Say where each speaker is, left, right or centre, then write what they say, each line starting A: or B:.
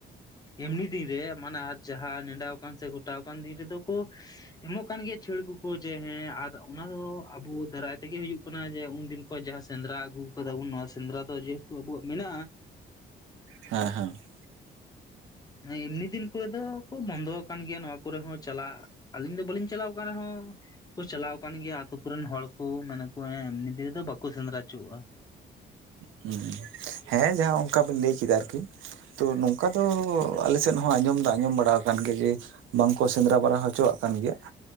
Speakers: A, on the left (about 20°); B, on the right (about 80°).
A: ᱮᱢᱱᱤ ᱫᱤᱱ ᱨᱮ ᱢᱟᱱᱮ ᱟᱨ ᱡᱟᱦᱟᱸ ᱱᱮᱸᱰᱟ ᱟᱠᱟᱱ ᱥᱮ ᱜᱚᱴᱟᱣ ᱟᱠᱟᱱ ᱫᱤᱱ ᱨᱮᱫᱚ ᱠᱚ ᱮᱢᱚᱜ ᱠᱟᱱ ᱜᱮᱭᱟ ᱪᱷᱟᱹᱲ ᱠᱚᱠᱚ ᱡᱮ ᱦᱮᱸ ᱟᱨ ᱚᱱᱟ ᱫᱚ ᱟᱵᱚ ᱫᱟᱨᱟᱭ ᱛᱮᱜᱮ ᱦᱩᱭᱩᱜ ᱾ ᱠᱷᱚᱱᱟᱜ ᱡᱮ ᱩᱱᱫᱤᱱ ᱠᱷᱚᱡ ᱡᱟᱦᱟᱸ ᱥᱮᱸᱫᱽᱨᱟ ᱟᱹᱜᱩ ᱠᱟᱫᱟ ᱵᱚᱱ ᱱᱚᱣᱟ ᱥᱮᱸᱫᱽᱨᱟ ᱫᱚ ᱡᱮᱦᱮᱛᱩ ᱟᱵᱣᱟᱜ ᱢᱮᱱᱟᱜᱼᱟ ᱾
B: ᱦᱮᱸ ᱦᱮᱸ ᱾
A: ᱮᱢᱱᱤ ᱫᱤᱱ ᱠᱚᱨᱮ ᱫᱚ ᱠᱚ ᱵᱚᱱᱫᱚ ᱠᱟᱱ ᱜᱮᱭᱟ ᱱᱚᱣᱟ ᱠᱚᱨᱮ ᱦᱚᱸ ᱪᱟᱞᱟᱜ ᱟᱹᱞᱤᱧ ᱫᱚ ᱵᱟᱹᱞᱤᱧ ᱪᱟᱞᱟᱣ ᱠᱟᱱ ᱨᱮᱦᱚᱸ ᱠᱚ ᱪᱟᱞᱟᱣ ᱠᱟᱱ ᱜᱮᱭᱟ ᱟᱛᱳ ᱠᱚᱨᱮᱱ ᱦᱚᱲ ᱠᱚ ᱢᱮᱱᱟ ᱠᱚ <inaudible> ᱮᱢᱱᱤ ᱫᱤᱱ ᱨᱮᱫᱚ ᱵᱟᱠᱚ ᱥᱮᱸᱫᱽᱨᱟ ᱚᱪᱚᱜᱼᱟ ᱾
B: ᱦᱩᱸ ᱦᱮᱸ ᱡᱟᱦᱟᱸ ᱚᱝᱠᱟ ᱵᱤᱱ ᱞᱟᱹᱭ ᱠᱮᱫᱟ ᱟᱨᱠᱤ ᱾ ᱛᱚ ᱱᱚᱝᱠᱟ ᱫᱚ ᱟᱞᱮ ᱥᱮᱫ ᱦᱚᱸ ᱟᱸᱡᱚᱢ ᱫᱚ ᱟᱸᱡᱚᱢ ᱵᱟᱲᱟ ᱠᱟᱱ ᱜᱮᱭᱟ ᱡᱮ ᱵᱟᱝᱠᱚ ᱥᱮᱸᱫᱽᱨᱟ ᱵᱟᱲᱟ ᱦᱚᱪᱚᱣᱟᱜ ᱠᱟᱱ ᱜᱮᱭᱟ ᱾